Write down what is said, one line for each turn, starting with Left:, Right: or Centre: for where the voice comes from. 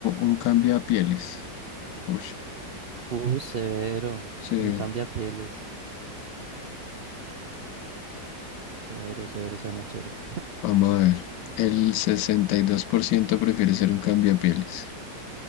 Left: un cambiapieles? Uy,
Right: Uy, severo.
Left: sí,
Right: Un cambiapieles. Severo, severo, suena chévere.
Left: Vamos a ver. El 62% prefiere ser un cambiapieles.